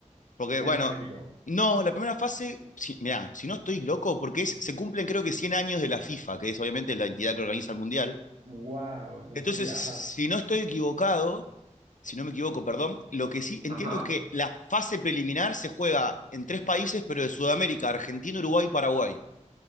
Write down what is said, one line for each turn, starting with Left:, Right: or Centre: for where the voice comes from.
Left: Porque,
Right: Es
Left: bueno,
Right: en México.
Left: no, la primera fase, si, mirá, si no estoy loco, porque es, se cumplen creo que 100 años de la FIFA, que es obviamente la entidad que organiza el Mundial.
Right: Wow, eso
Left: Entonces,
Right: no sabía,
Left: si
Right: ajá.
Left: no estoy equivocado, si no me equivoco, perdón, lo que sí entiendo
Right: Ajá,
Left: es que la fase preliminar se juega en tres países, pero de Sudamérica, Argentina, Uruguay y Paraguay.